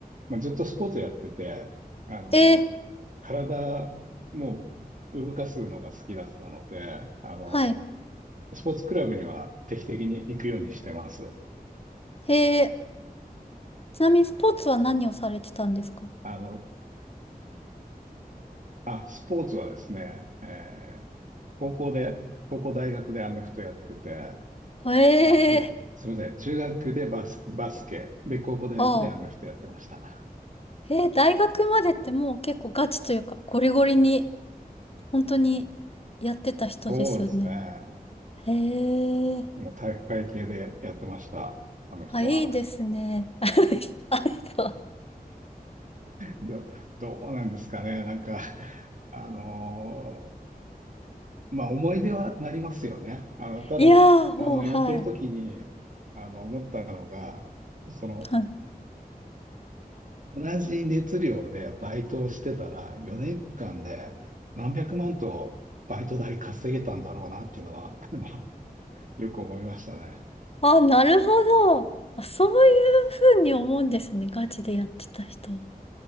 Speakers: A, on the right; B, on the left.
A: まあ、ずっとスポーツやってて、あの、
B: えー、
A: 体もう動かすのが好きだったので、あの、
B: はい。
A: スポーツクラブには定期的に行くようにしてます。
B: えー、ちなみにスポーツは何をされてたんですか
A: あの、あ、スポーツはですね、えー高校で、高校大学でアメフトやってて、
B: え
A: あ、で、すみません、中学でバス、バスケ、で、高校大学でアメフトやってました。
B: ー、ああ。えー、大学までってもう結構ガチというか、ゴリゴリに、本当にやってた人ですよね。
A: そうですね。
B: へえー、
A: もう体育会系でやってました、アメフトは。
B: あ、いいですね。<laughs> あの人
A: ど、どうなんですかね。なんか、あのーまあ思い出はなりますよね。あの、ただ、
B: いやー、もう、
A: あの、
B: はい。
A: やってる時に、あの、思ったのが、その、
B: はい
A: 同じ熱量でバイトをしてたら、4年間で何百万とバイト代稼げたんだろうなっていうのは、あの、よく思いましたね。
B: あ、なるほど。あそういうふうに思うんですね。ガチでやってた人は。